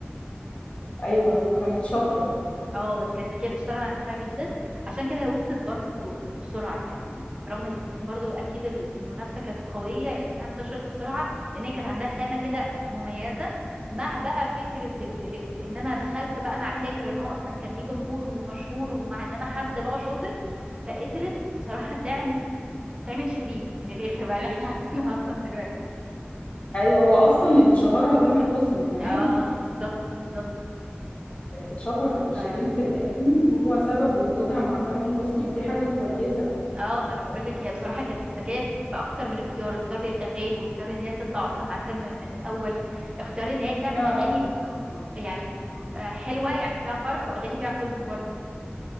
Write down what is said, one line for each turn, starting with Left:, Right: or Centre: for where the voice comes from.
Left: ايوه وكانت شاطرة
Right: اه كانت ذكيه بتشتغل على نفسها جدا عشان كده هي وصلت برضو بسرعه يعني برغم ان برضو اكيد المنافسه كانت قويه لانها انتشرت بسرعه لان هي كانت عندها خامه كده مميزه مع بقى فكره ال... ال... ان انا دخلت بقى مع تامر اللي هو اصلا كان ليه جمهور ومشهور ومع ان انا حد بقى شاطر فقدرت بصراحه تعمل تعمل شيرين من الاخر بقى اللي احنا عارفينها اصلا دلوقتي
Left: ايوه هو اصلا اللي شهرها تامر حسني كمان
Right: اه بالظبط بالظبط
Left: اللي شهر شيرين
Right: ف
Left: في الاغاني هو سبب وجودها مع تامر حسني ودي حاجة كويسة
Right: اه ما انا بقول لك هي بصراحه كانت ذكيه في اكتر من اختيار اختيار للاغاني واختيار ان هي تطلع اصلا مع تامر من الاول اختيار ان هي تعمل
Left: فعلا
Right: اغاني في م- يعني م- آه، حلوه يعني فيها فرح واغاني فيها حزن برضو